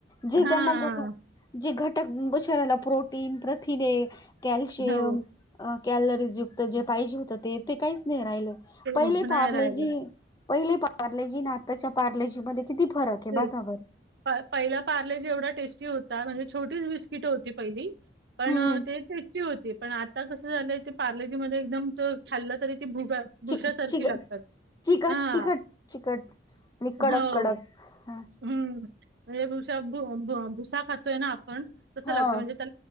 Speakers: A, on the left; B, on the right.
A: जे
B: हां,
A: त्यांना
B: हां.
A: घट जे घटक शरिराला प्रोटीन, प्रथिने, कॅल्शियम.
B: हो.
A: अ- कॅलरीज युक्त जे पाहिजे होत ते, ते काहीच नाही राहिलं,
B: ते
A: पहिले
B: नाही
A: पारले
B: राहिलं.
A: जी. पहिली पार्लेजी ना आताच्या पार्लेजी मध्ये किती फरक आहे
B: ते
A: बघा बरं.
B: पहिला पार्ले जे एवढा टेस्टी होता, म्हणजे छोटीच बिस्किट होती पहिली. पण
A: हम्म
B: ते टेस्टी होती. पण आता कसं झालंय ते, पार्लेजीमध्ये एकदम खाल्लं तरी, ती भुग
A: चि
B: भुसा सारखी
A: चिकट
B: लागतात.
A: चिकट
B: हा..
A: चिकट चिकट आणि कडक
B: हो..
A: कडक ह
B: हम्म. म्हणजे भुष भु-भुसा खातोय ना, आपण तस
A: हा
B: लागतं. म्हणजे